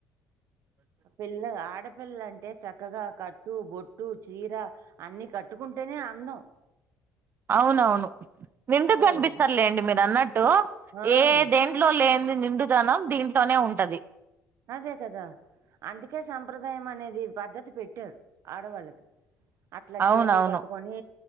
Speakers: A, on the right (about 65°); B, on the right (about 40°).
A: పిల్లగ ఆడ వేళ్ళంటే చక్కగా కట్టు బొట్టు చీర అన్ని కట్టు పెట్టుకుంటేనే అందం
B: అవునవును నిండు గ
A: ఓహ్!
B: కనిపిస్తారులేండి మీరు అన్నట్ తో
A: ఆ!
B: ఏ దెంట్లో లే ని నిండుదాన దీంట్లోనే ఉంటది
A: అదే కదా అందుకే సంప్రదాయం అనేది పద్ధతి పెట్టారు ఆడవాళ్ళకి అట్లా
B: అవునవును
A: చీరలు కట్టుకొని